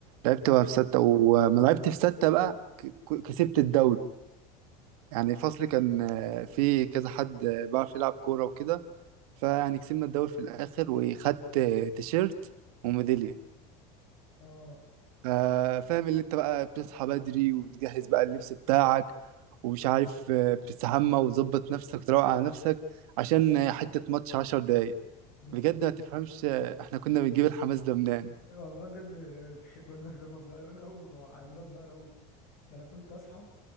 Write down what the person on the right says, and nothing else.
لعبت وانا في سته وما لعبت في سته بقى ك- ك- كسبت الدوري يعني فصلي كان آه، في كذا حد آه، بيعرف يلعب كوره وكده فيعني كسبنا الدوري في الاخر وخدت آه، تيشيرت وميدالية
آه، فاهم اللي انت بقى بتصحى بدري وبتجهز بقى اللبس بتاعك ومش عارف آه، بتستحمى وتظبط نفسك وتروق على نفسك عشان آه، حتة ماتش عشر دقايق
بجد ما تفهمش آه، احنا كنا بنجيب الحماس ده منين